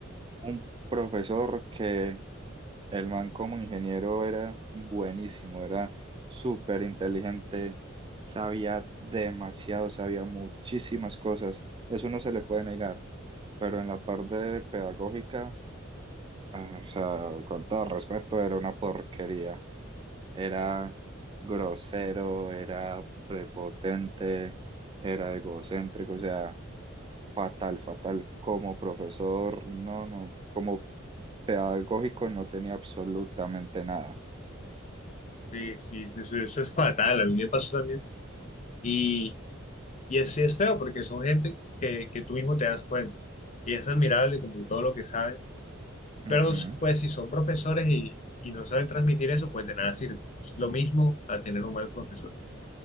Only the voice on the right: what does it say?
un profesor que el man como ingeniero era buenísimo, era súper inteligente, sabía demasiado, sabía muchísimas cosas, eso no se le puede negar, pero en la parte pedagógica, ah, o sea, con todo respeto, era una porquería. Era grosero, era prepotente, era egocéntrico, o sea, fatal, fatal. Como profesor, no, no, como pedagógico no tenía absolutamente nada.
Ujú.